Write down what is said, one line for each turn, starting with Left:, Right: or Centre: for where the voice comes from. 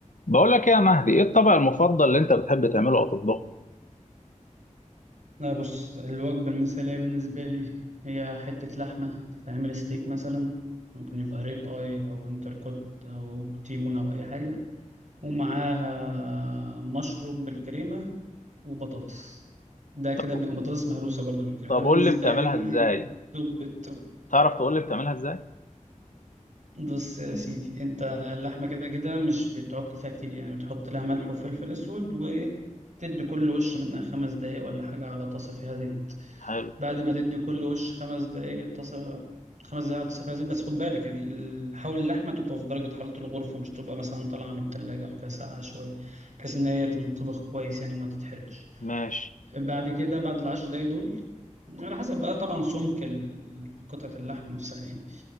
Left: بقول لك إيه يا مهدي ايه الطبق المفضل اللي انت بتحب تعمله او تطبخه
Right: لا بص الوجبة المثالية بالنسبة لي هي حتة لحمة تتعمل ستيك مثلا ممكن يبقى ريب اي او انتركوت او تيبون او اي حاجة ومعاها مشروم بالكريمة وبطاطس ده كده
Left: طب
Right: ب- وبطاطس مهروسة برضو بالكريمة
Left: طب
Right: ده بالنسبة
Left: قول لي بتعملها
Right: لي
Left: ازاي
Right: توب التوب
Left: تعرف تقول لي بتعملها ازاي
Right: بص يا سيدي انت اللحمة كده كده مش بتعك فيها كتير يعني بتحط لها ملح وفلفل اسود وتدي كل وش منها خمس دقايق ولا حاجة على طاسة فيها زيت
Left: حلو
Right: بعد ما تدي كل وش خمس دقايق اتصل خمس دقايق اتصل فيها زيت بس خد بالك يعني ال- حاول اللحمة تبقى في درجة حرارة الغرفة مش تبقى مثلا طالعة من التلاجة أو كده ساقعة شوية بحيث إن هي تنطبخ كويس يعني وما تتحرقش
Left: ماشي
Right: بعد كده بعد العشر دقايق دول على حسب بقى طبعا سمك ال- قطعة اللحم نفسها يعني